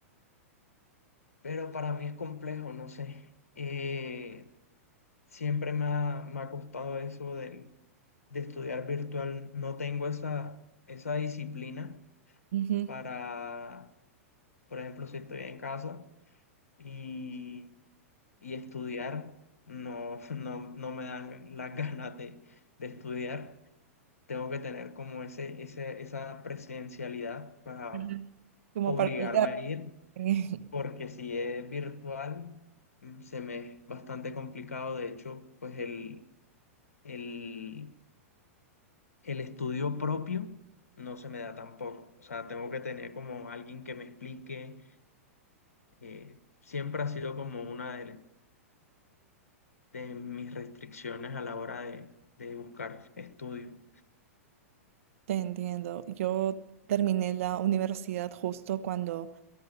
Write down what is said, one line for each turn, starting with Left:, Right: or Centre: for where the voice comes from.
Left: pero para mí es complejo, no sé. Eh, siempre me ha, me ha costado eso del, de estudiar virtual. No tengo esa, esa disciplina
Right: Ujú.
Left: para, por ejemplo, si estoy en casa y, y estudiar, no, <laughs> no, no me dan las <laughs> ganas de, de estudiar. Tengo que tener como ese, ese, esa presencialidad para
Right: Ujú. Como
Left: obligarme
Right: para olvidar.
Left: a ir.
Right: <laughs>
Left: porque si es virtual, mm, se me es bastante complicado. De hecho, pues el, el, el estudio propio no se me da tampoco. O sea, tengo que tener como alguien que me explique. eh, siempre ha sido como una de, de mis restricciones a la hora de, de buscar estudio.
Right: Te entiendo. Yo terminé la universidad justo cuando